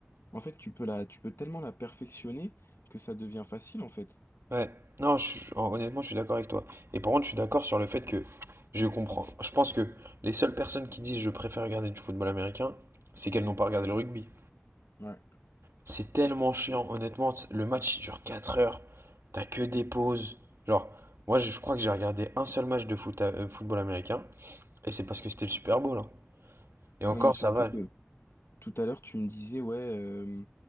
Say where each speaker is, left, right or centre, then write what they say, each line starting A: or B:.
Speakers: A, on the left; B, on the right.
A: En fait, tu peux la, tu peux tellement la perfectionner que ça devient facile, en fait.
B: Ouais, non, je suis- hon- honnêtement, je suis d'accord avec toi. Et par contre, je suis d'accord sur le fait que je comprends. Je pense que les seules personnes qui disent je préfère regarder du football américain, c'est qu'elles n'ont pas regardé le rugby.
A: Ouais.
B: C'est tellement chiant, honnêtement. t- Le match, il dure 4 heures. T'as que des pauses. Genre, moi, je je crois que j'ai regardé un seul match de foot, euh, football américain. Et c'est parce que c'était le Super Bowl. hein. Et encore,
A: Non, mais surtout
B: ça va.
A: que tout à l'heure, tu me disais, ouais, euh,